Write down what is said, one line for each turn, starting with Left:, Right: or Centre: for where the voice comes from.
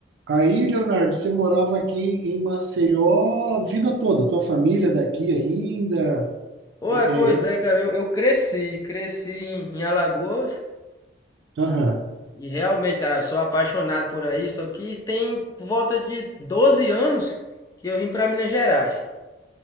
Right: Aí, Leonardo, você morava aqui em Maceió a vida toda, tua família daqui ainda.
Left: Ué,
Right: É,
Left: pois
Right: é,
Left: é, cara, eu, eu cresci, cresci em, em Alagoas
Right: aham,
Left: e realmente, cara, eu sou apaixonado por aí, só que tem por volta de 12 anos que eu vim pra Minas Gerais.